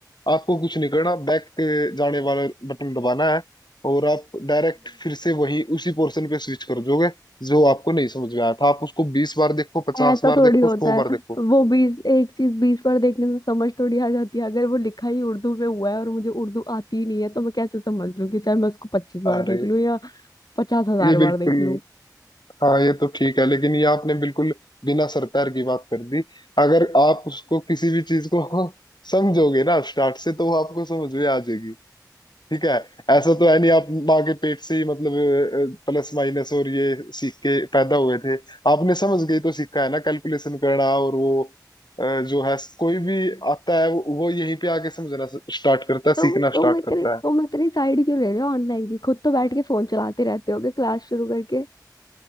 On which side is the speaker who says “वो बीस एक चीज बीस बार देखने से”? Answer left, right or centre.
Left